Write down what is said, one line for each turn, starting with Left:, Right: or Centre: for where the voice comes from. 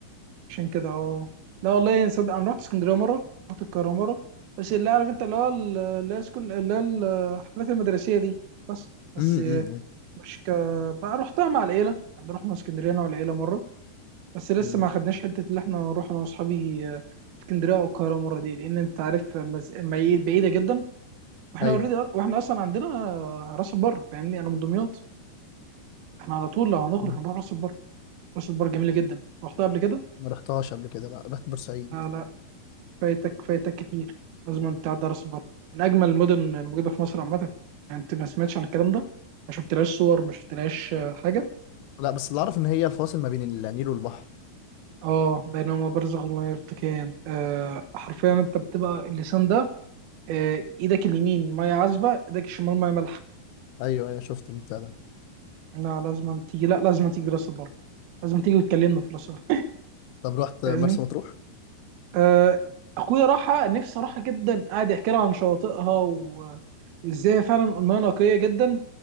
Right: عشان كده اه لا والله صدق انا رحت اسكندريه مره رحت القاهره مره بس اللي عارف انت اللي هو ال- اللي هي سكول اللي هي الحفلات المدرسيه دي بس بس
Left: امم امم
Right: مش ك بقى رحتها مع العيله يعني رحنا اسكندريه انا والعيله مره بس لسه
Left: أمم.
Right: ما خدناش حته اللي احنا نروح انا واصحابي اسكندريه او القاهره مره دي لان انت عارف المز... بعيده جدا واحنا
Left: ايوه
Right: اوريدي واحنا اصلا عندنا راس البر فاهمني انا من دمياط احنا على طول لو هنخرج
Left: مم.
Right: هنروح راس البر راس البر جميله جدا رحتها قبل كده
Left: ما رحتهاش قبل كده لا رحت بورسعيد
Right: آه لا فايتك فايتك كتير لازم انت تعدي على راس البر من اجمل المدن الموجوده في مصر عامه يعني انت ما سمعتش عن الكلام ده ما شفتلهاش صور ما شفتلهاش آه، حاجه
Left: لا بس اللي اعرف ان هي الفاصل ما بين النيل والبحر
Right: اه بينما برزخ لا يرتقيان آه حرفيا انت بتبقى اللسان ده آه ايدك اليمين ميه عذبه ايدك الشمال ميه مالحه
Left: ايوه ايوه شفت البتاع ده
Right: لا لازم تيجي لا لازم تيجي راس البر لازم تيجي وتكلمنا في راس البر
Left: طب رحت
Right: فاهمني
Left: مرسى مطروح
Right: آه، اخويا راحة نفسي راحة جدا قاعد يحكي لها عن شواطئها و- وازاي فعلا المياه نقية جدا